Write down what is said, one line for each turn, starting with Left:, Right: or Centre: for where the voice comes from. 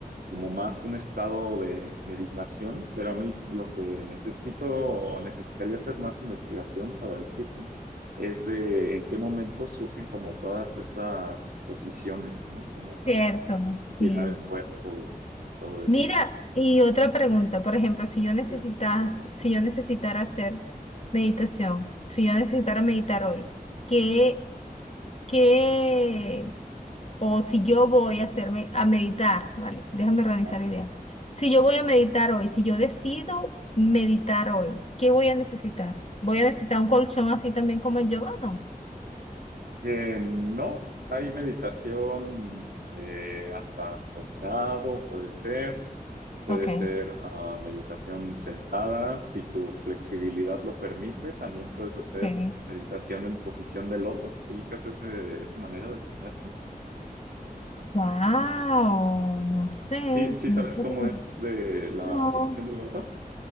Right: como más un estado de meditación, pero a mí lo que necesito, o necesitaría hacer más investigación para decirte, es de en qué momento surgen como todas estas posiciones, ¿no? Como para
Left: Cierto, sí.
Right: tirar el cuerpo y, y todo eso.
Left: Mira, y otra pregunta, por ejemplo, si yo necesita,
Right: Ujú.
Left: si yo necesitara hacer meditación, si yo necesitara meditar hoy, ¿qué, qué O si yo voy a hacerme a meditar, vale, déjame organizar
Right: Ah,
Left: la idea. Si yo voy a meditar hoy, si yo decido meditar hoy, ¿qué voy a necesitar? ¿Voy a necesitar un colchón así también como el yoga o no?
Right: eh, no, hay meditación eh, hasta acostado, puede ser. Puede
Left: Ok,
Right: ser ah, meditación sentada, si tu flexibilidad lo permite, también puedes hacer
Left: ok.
Right: meditación en posición de loto. ¿Ubicas ese- esa manera de sentarse?
Left: Wow, no sé,
Right: Sí, sí,
Left: ¿cómo
Right: ¿sabes
Left: está
Right: cómo
Left: bu-
Right: es de la
Left: No,
Right: posición de loto?